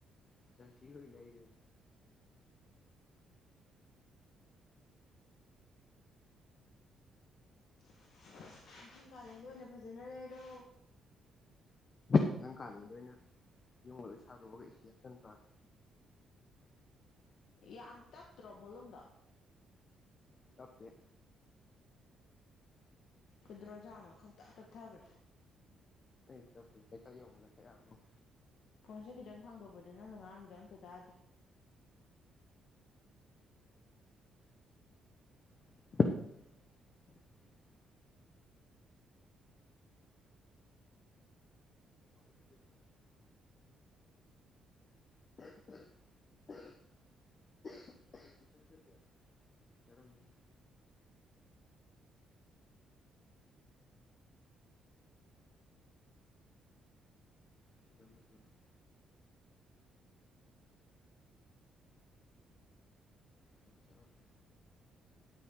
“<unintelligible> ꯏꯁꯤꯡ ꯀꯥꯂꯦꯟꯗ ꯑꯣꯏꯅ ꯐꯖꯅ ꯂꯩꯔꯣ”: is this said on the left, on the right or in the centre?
Left